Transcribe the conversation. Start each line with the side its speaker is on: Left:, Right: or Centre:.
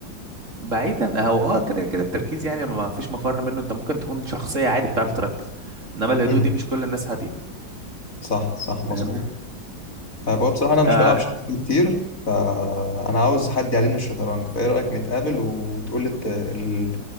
Right: بعيدا هو اه كده كده التركيز يعني ما فيش مفر منه انت ممكن تكون شخصية عادي بتعرف تركز انما الهدوء
Left: امم
Right: دي مش كل الناس هادية
Left: صح صح مظبوط
Right: فاهمني
Left: طيب هو بصراحة أنا مش
Right: آه
Left: بلعب شطرنج كتير فأنا عاوز حد يعلمني الشطرنج فإيه رأيك نتقابل وتقولي الت- ال-